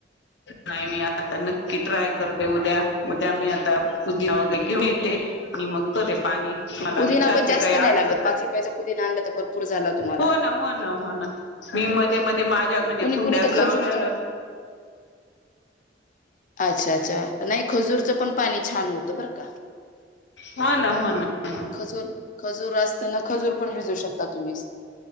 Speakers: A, on the left; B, on the left.
A: नाही मी आता नक्की ट्राय करते उद्या उद्या मी आता पुदिना वगैरे घेऊन येते. आणि मग करे पाणी मला
B: पुदिना
A: विचारते
B: पण जास्त
A: काही अडचण
B: नाही लागत पाच रुपयाचा पुदिना आणला तर भरपूर झाला तुम्हाला
A: हो ना हो ना हो ना. मी मध्ये मध्ये माझ्या म्हणजे
B: कुणी
A: कुंड्यात
B: कुणी तर खजूरचं
A: लावलेलं.
B: अच्छा अच्छा नाही खजूरचं पण पाणी छान होतं बरं का.
A: हो ना हो ना. हो ना
B: खजूर खजूर असताना खजूर पण भिजू शकता तुम्ही